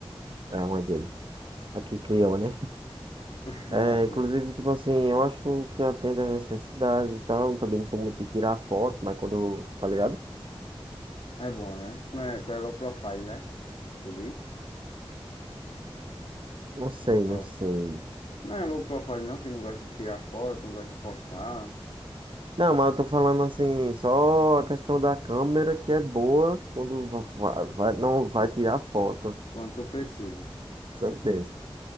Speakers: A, on the right; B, on the left.
A: É uma dele. Aqui criou, né? <laughs>
B: <laughs>
A: É,
B: Ah, sim.
A: inclusive, tipo assim, eu acho que atende às necessidades e tal. Também não sou muito de tirar foto, mas quando, eu- tá ligado?
B: É bom, né? Tu, não é, tu é low profile, né? Tu diz?
A: Não sei,
B: Low profile.
A: não sei.
B: Não é low profile não, que não gosta de tirar foto, não gosta de postar,
A: Não, mas eu tô falando assim, só a questão da câmera que é boa quando va- va- vai, não vai tirar foto,
B: quando tu precisa.
A: certeza.